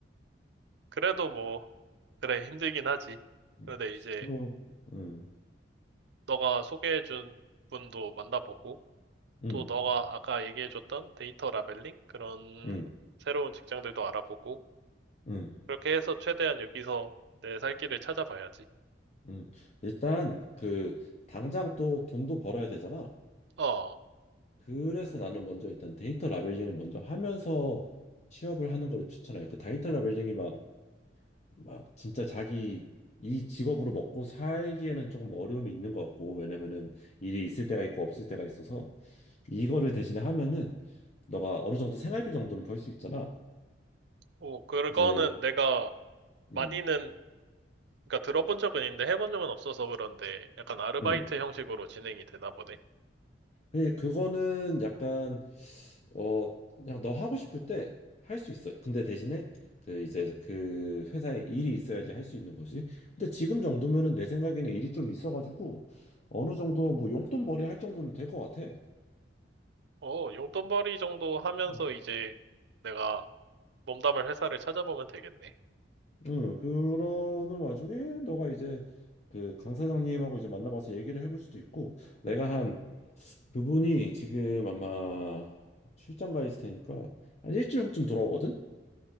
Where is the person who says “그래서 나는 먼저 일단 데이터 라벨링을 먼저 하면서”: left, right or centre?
Left